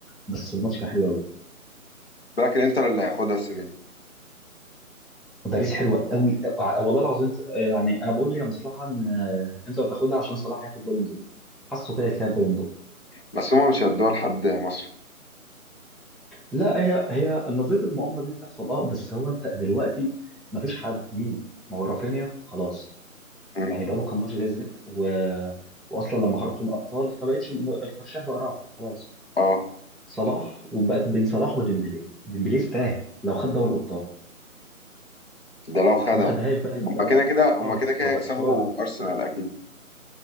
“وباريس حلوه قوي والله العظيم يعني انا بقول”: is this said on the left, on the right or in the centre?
Centre